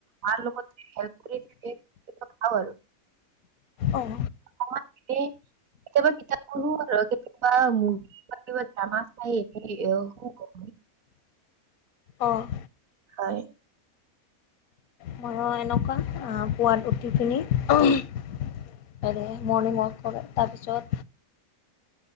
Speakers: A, on the right (about 65°); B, on the left (about 75°).
A: মাৰ লগত হেল্প কৰি থাকে। খাওঁ আৰু।
B: অ'
A: <unintelligible> কেতিয়াবা কিতাপ পঢ়ো কেতিয়াবা মৰ্গ বা কেতিা জামা খাই শ <inaudible> হয়।
B: অ'
A: হয়।
B: ময়ো এনোকা পুৱাত উঠি পিনি মৰ্ণিং ৱাক কৰে তাৰপিছত।